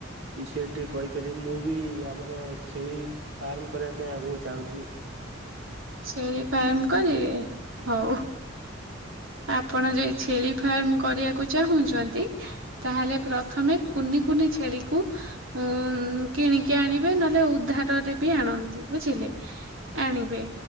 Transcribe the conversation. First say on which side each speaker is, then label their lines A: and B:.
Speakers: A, on the right (about 65°); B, on the right (about 85°).
A: ବିଷୟରେ ଟିକେ କହିପାରିବେ ମୁଁ ବି ଆମର ଛେଳି ଫାର୍ମ କରିବା ପାଇଁ ଆଗୁ ଚାହୁଁଛି।
B: ଛେଳି ଫାର୍ମ କରିବେ ହଉ। ଆପଣ ଯଦି ଛେଳି ଫାର୍ମ କରିବାକୁ ଚାହୁଁଛନ୍ତି ତାହେଲେ ପ୍ରଥମେ କୁନି କୁନି ଛେଳିକୁ ଉ କିଣିକି ଆଣିବେ ନହେଲେ ଉଦ୍ଧାରରେ ବି ଆଣନ୍ତି ବୁଝିଲେ, ଆଣିବେ।